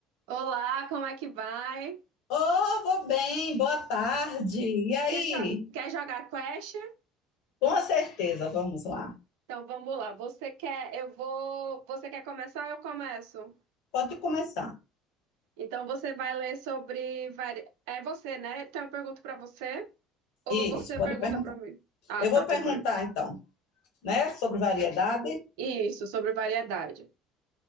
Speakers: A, on the right; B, on the left.
A: Olá, como é que vai?
B: Oh, vou bem, boa tarde. E aí?
A: Quer, jo- quer jogar Clash?
B: Com certeza, vamos lá.
A: Então vamos lá. Você quer, eu vou. Você quer começar? Eu começo.
B: Pode começar.
A: Então você vai ler sobre. vari- É você, né? Então eu pergunto pra você ou
B: Isso,
A: você
B: pode
A: pergunta
B: perguntar.
A: pra mim? Ah,
B: Eu
A: tá,
B: vou perguntar
A: tudo bem.
B: então, né, sobre variedade.
A: Isso, sobre variedade.